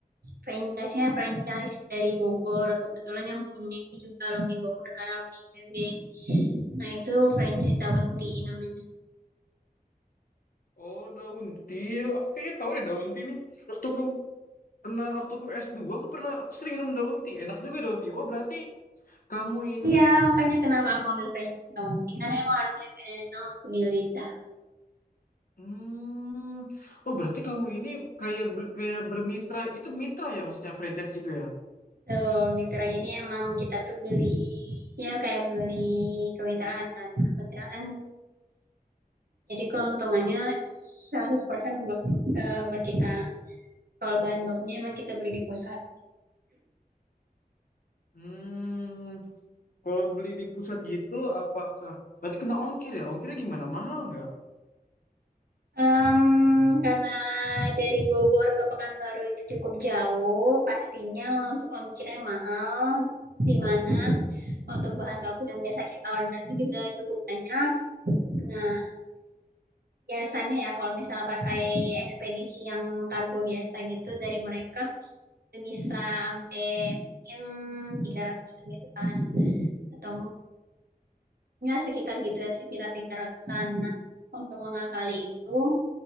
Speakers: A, on the right; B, on the left.
A: franchise-nya franchise dari Bogor. Kebetulan yang punya itu juga alumni Bogor kan alumni IPB. Nah, itu franchise Daun Tea namanya.
B: Oh, daun tea. Aku kayaknya tahu deh daun tea nih. Waktu aku pernah waktu aku S2 aku pernah aku sering minum daun tea. Enak juga daun tea. Oh, berarti kamu ini
A: Iya, makanya kenapa aku ambil franchise Daun Tea. Karena emang rasanya enak di lidah.
B: hmm, oh berarti kamu ini kayak ber- kayak bermitra. Itu mitra ya maksudnya franchise gitu ya?
A: Tuh, mitra. Jadi emang kita tuh beli, ya kayak beli kemitraan kan. Kemitraan. Jadi keuntungannya 100% buat, eh, buat kita. Kalau bahan bakunya emang kita beli di pusat.
B: Hmm, kalau beli di pusat gitu, apakah berarti kena ongkir ya? Ongkirnya gimana? Mahal nggak?
A: Em, karena dari Bogor ke Pekanbaru itu cukup jauh, pastinya untuk ongkirnya mahal, di mana untuk bahan baku yang biasa kita order itu juga cukup banyak. Nah, biasanya ya kalau misalnya pakai ekspedisi yang kargo biasa gitu dari mereka, itu bisa sampai mungkin tiga ratusan gitu kan. Atau ya sekitar gitu ya, sekitar tiga ratusan Nah, untuk mengakali itu,